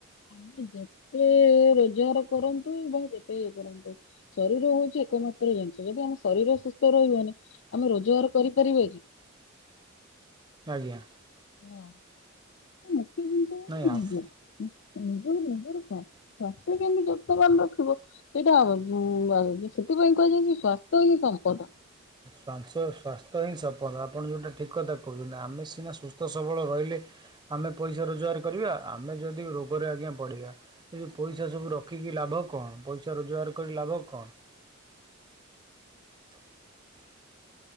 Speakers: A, on the left (about 65°); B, on the right (about 20°).
A: ଆମେ ଯେତେ ରୋଜଗାର କରନ୍ତୁ ବା ଯେତେ ଇଏ କରନ୍ତୁ ଶରୀର ହଉଛି ଏକମାତ୍ର ଜିନିଷ। ଯଦି ଆମ ଶରୀର ସୁସ୍ଥ ରହିବନି ଆମେ ରୋଜଗାର କରିପାରିବା କି?
B: ଆଜ୍ଞା।
A: ହଁ, ମୁଖ୍ୟ ଜିନିଷ ହେଉଛି
B: ନାଇଁ
A: ନିଜର ନିଜ ନିଜ ସ୍ବାସ୍ଥ୍ୟ କେମିତି ଯତ୍ନବାନ ରଖିବ ସେଇଟା ସେଥିପାଇଁ କୁହାଯାଇଛି ସ୍ୱାସ୍ଥ୍ୟ ହିଁ ସମ୍ପଦ
B: ଶ୍ୱାଂସ ସ୍ୱାସ୍ଥ୍ୟ ହିଁ ସଂମ୍ପଦ ଆପଣ ଯେଉଁଟା ଠିକ କଥା କହୁଛନ୍ତି, ଆମେ ସିନା ସୁସ୍ଥ ସବଳ ରହିଲେ ଆମେ ପଇସା ରୋଜଗାର କରିବା। ଆମେ ଯଦି ରୋଗରେ ଆଜ୍ଞା ପଡ଼ିବା ସେ ଯୋଉ ପଇସା ସବୁ ରଖିକି ଲାଭ କଣ? ପଇସା ରୋଜଗାର କରି ଲାଭ କଣ? <inaudible>